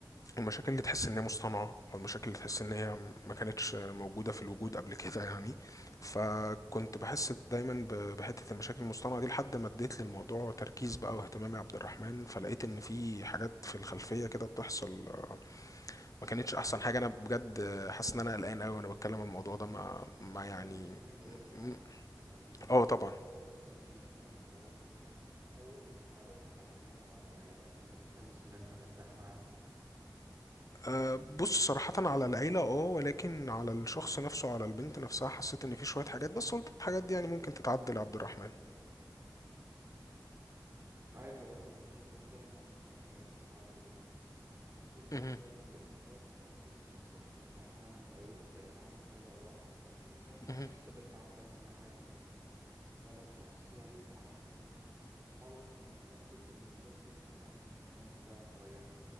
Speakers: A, on the left (about 45°); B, on the right (about 40°).
A: المشاكل اللي تحس ان هي مصطنعه او المشاكل اللي تحس ان هي ما كانتش موجوده في الوجود قبل كده يعني فكنت بحس دايما ب- بحته المشاكل المصطنعه دي لحد ما اديت للموضوع تركيز بقى واهتمام يا عبد الرحمن فلقيت ان في حاجات في الخلفيه كده بتحصل آه، ما كانتش احسن حاجه انا بجد آه، حاسس ان انا قلقان قوي وانا بتكلم عن الموضوع ده ما ما
B: طيب
A: يعني
B: من غير مقاطعة
A: م-
B: خليني اسال
A: اه طبعا
B: خليني اسالك في الاول انت في اول تعرفك على الناس وعلى العيله انت كنت حاسس ان انت مرتاح معاهم
A: أه بص صراحة على العيلة اه ولكن على الشخص نفسه على البنت نفسها حسيت ان في شوية حاجات بس قلت الحاجات دي يعني ممكن تتعدل يا عبد الرحمن
B: عايز اقول لك مش دايما ان الحاجات بتتعدل يعني في نصيحة
A: مهم.
B: دايما بتتقال انت خد الشخص اللي ترتاح معاه من الأول لأن أهم حاجة الراحة لأن ده
A: مهم.
B: الشخص اللي انت هتكمل معاه حياتك كلها فلو شخص فيه عيوب معينة ما- حاول تكون متأكد إن بنسبة تسعة وتسعين في المية مش هتعرف تغيرها